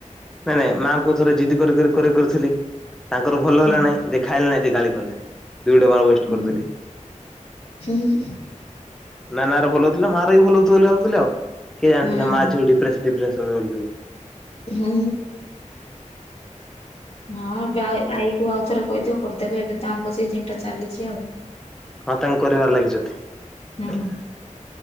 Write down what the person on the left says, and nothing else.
ହୁଁ।
ହୁଁ
ହୁଁ।
ହଁ
ହୁଁ। ହଁ ଆଈ କୁ ଆଉଥରେ କହିଦିଅ କରିଦେବେ ଏବେ ତ ଆମ୍ବ ସିଜିନ୍ ଟା ଚାଲିଛି ଆଉ।
ହୁଁ